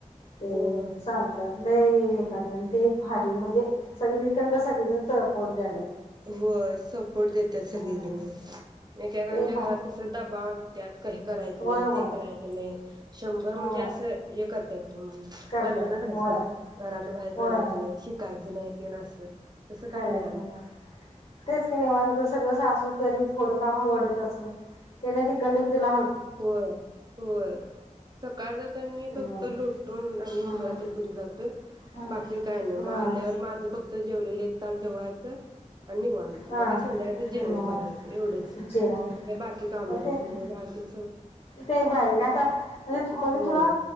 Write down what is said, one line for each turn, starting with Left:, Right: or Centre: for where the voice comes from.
Left: ते
Right: होय.
Left: सांगत्यात लय येतात आणि ते एक भारी म्हणजे सगळी <unintelligible> पोट द्यायल्यात
Right: होय सपोर्ट देत्यात सगळेजण
Left: हा.
Right: एकेकांच्या
Left: ते भा
Right: घरात कस डबा आणत्यात करायच
Left: होय
Right: नाय
Left: होय
Right: ते करायचं नाय शंभर
Left: होय
Right: म्हणजे असं हे करत्याय हं
Left: करत्यात
Right: बंधन घालत्यात
Left: होय
Right: घरातन बाहेर
Left: होय
Right: पडायचं नाही शिकायचं नाही. तेन असं तसं काय
Left: करायचं.
Right: नाय आम
Left: तेच की निवांत ग सगळं सासू कर ते थोडं काम वाढत असल तेन तिकंडना तुला
Right: होय होय सकाळ जातान मी
Left: हं
Right: फक्त लोटून आणि
Left: हा
Right: उंबरातेन पुजुन जातय
Left: हा
Right: बाकी काय नाय म
Left: हा.
Right: आल्यावर माझं फक्त जे <unintelligible> <unintelligible> हात धुवायच आणि निवांत
Left: हा
Right: मग का संध्याकाळचं जेवण
Left: निवांत
Right: करायचं एवढंच
Left: जेवण
Right: म काय बाकी काम
Left: मग
Right: नाय
Left: तेच
Right: धुणं भांडी
Left: ते एक भारी आता उलट म्हणजे
Right: होय
Left: तुला